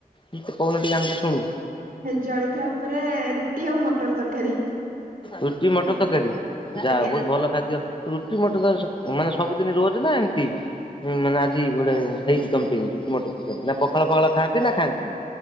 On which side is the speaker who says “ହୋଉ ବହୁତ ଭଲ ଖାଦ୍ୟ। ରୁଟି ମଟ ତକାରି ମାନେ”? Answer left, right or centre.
Left